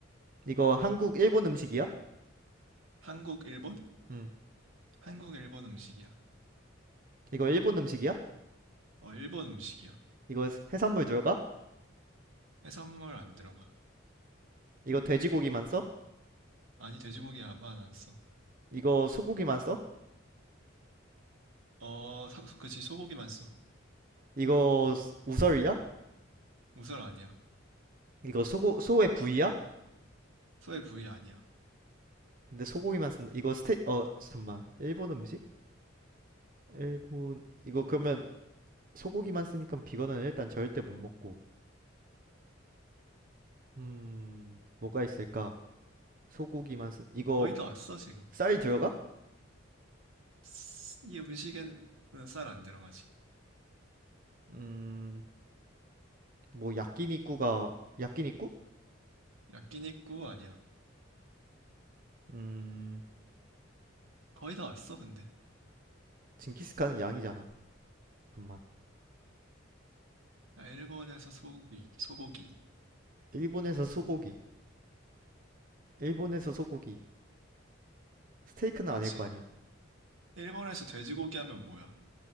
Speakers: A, on the right (about 45°); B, on the right (about 85°).
A: 이거 한국 일본 음식이야?
B: 한국, 일본?
A: 음.
B: 한국, 일본 음식이야.
A: 이거 일본 음식이야?
B: 어, 일본 음식이야.
A: 이거 해산물 들어가?
B: 해산물 안 들어가.
A: 이거 돼지고기만 써?
B: 아니, 돼지고기야만 안 써.
A: 이거 소고기만 써?
B: 어, 사, 그치, 소고기만 써.
A: 이거 스- 우설이야?
B: 우설 아니야.
A: 이거 소고 소의 부위야?
B: 소의 부위 아니야.
A: 근데 소고기만 쓴다. 이거 스테 어 잠만. 일본 음식? 일본 이거 그러면 소고기만 쓰니까 비건은 일단 절대 못 먹고 음, 뭐가 있을까? 소고기만 쓴 이거
B: 거의 다 왔어, 지금.
A: 쌀 들어가?
B: 쓰- 이 음식에는 쌀 안 들어가지.
A: 음, 뭐 야끼니쿠가 야끼니쿠?
B: 야끼니꾸 아니야.
A: 음,
B: 거의 다 왔어, 근데.
A: 징기스칸은 양이잖아. 잠만.
B: 야, 일본에서 소고기, 소고기.
A: 일본에서 소고기. 일본에서 소고기. 스테이크는
B: 그렇지.
A: 아닐 거 아니야.
B: 일본에서 돼지고기 하면 뭐야?